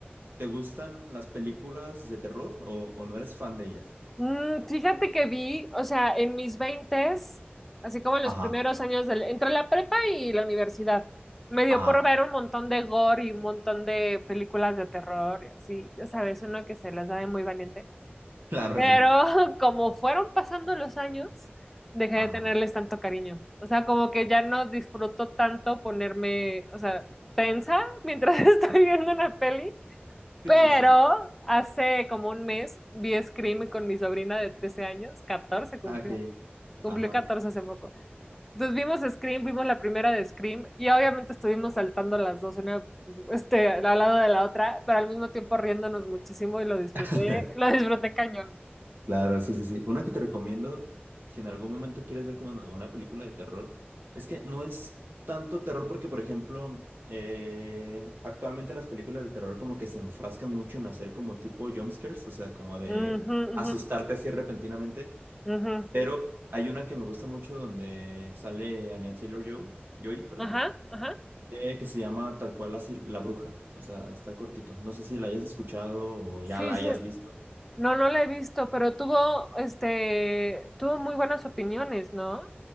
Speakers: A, on the right; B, in the centre.
A: te gustan las películas de terror o, o no eres fan de ellas.
B: Mm, fíjate que vi, o sea, en mis veintes, así como en
A: Ajá,
B: los primeros años del, entre la prepa y la universidad, me dio
A: ajá,
B: por ver un montón de gore y un montón de películas de terror y así, ya sabes, uno que se las da de muy valiente.
A: <laughs> claro,
B: Pero
A: sí.
B: <laughs> como fueron pasando los años, dejé
A: Ajá.
B: de tenerles tanto cariño. O sea, como que ya no disfruto tanto ponerme, o sea, tensa mientras <laughs> estoy viendo una peli.
A: Sí,
B: Pero
A: sí, sí.
B: hace como un mes vi Scream con mi sobrina de 13 años, 14 cumplió,
A: Ah, Ok.
B: cumplió
A: Ajá.
B: 14 hace poco. Entonces vimos Scream, vimos la primera de Scream y obviamente estuvimos saltando las dos, una este, al lado de la otra, pero al mismo tiempo riéndonos muchísimo y lo disfruté,
A: <laughs>
B: lo disfruté cañón.
A: Claro, sí, sí, sí. Una que te recomiendo, si en algún momento quieres ver como en alguna película de terror, es que no es tanto terror porque, por ejemplo, eh, actualmente las películas de terror como que se enfrascan mucho en hacer como tipo jumpscares, o sea, como de
B: Ujú, ujú,
A: asustarte así repentinamente.
B: ujú.
A: Pero hay una que me gusta mucho donde sale Anya Taylor-Joy, Joy, perdón,
B: Ajá, ajá.
A: eh, que se llama tal cual así La Bruja, o sea, está cortito. No sé si la hayas escuchado o
B: Sí,
A: ya la
B: sí.
A: hayas visto.
B: No, no la he visto, pero tuvo, este, tuvo muy buenas opiniones, ¿no?